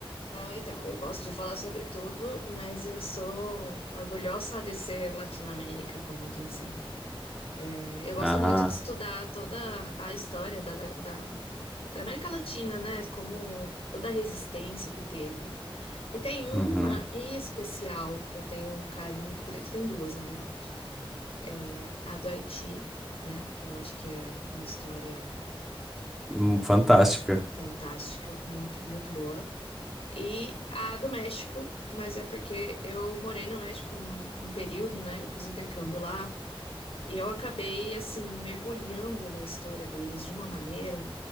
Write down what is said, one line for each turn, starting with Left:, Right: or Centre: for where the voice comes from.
Left: Não, então, eu gosto de falar sobre tudo, mas eu sou orgulhosa de ser Latinoamérica, como dizem. É, eu gosto
Centre: Ah.
Left: muito de estudar toda a história da, da, da América Latina, né? Como toda a resistência que teve. E tem uma
Centre: Uhum.
Left: em especial que eu tenho um carinho muito grande. Tem duas, na verdade. É a do Haiti, né? Que eu acho que é uma história
Centre: Hum, Fantástica.
Left: fantástica, muito, muito boa. E a do México, mas é porque eu morei no México um, um período, né? Eu fiz intercâmbio lá. E eu acabei, assim, mergulhando na história deles de uma maneira.